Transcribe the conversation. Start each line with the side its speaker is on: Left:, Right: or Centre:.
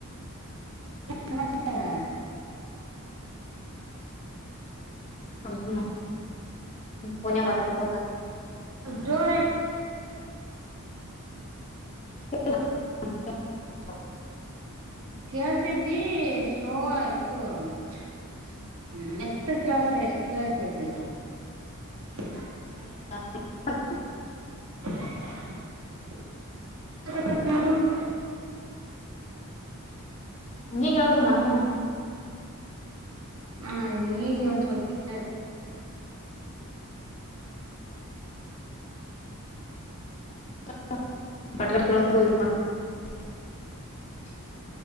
Right: ಸಮಾಚಾರ <inaudible>
Left: ಹ್ಮ ಪನಿಯ ಮಾತಾಡಬೋದ <inaudible>
Right: ಬ ಜೋ <inaudible>
Left: ಹ
Right: ಕೇಳುತಾಯ್ತಿ, ಸ್ಲ್ವಾಧು. <unintelligible> ಹ್ಮ, ಮೆತುಗೆ, ಕೇಳುಸುತಾಯ್ತಿ. <unintelligible>
Left: ಹ.. <unintelligible>
Right: <inaudible> ತಮನಾಡುಡು <inaudible>
Left: ಹಂಗ ಕೇಳ್ದಂತನಕಣ <inaudible>
Right: ಹ ಈಗ ಒಂದ ಸ್ವಲ್ಪ <inaudible>
Left: <inaudible>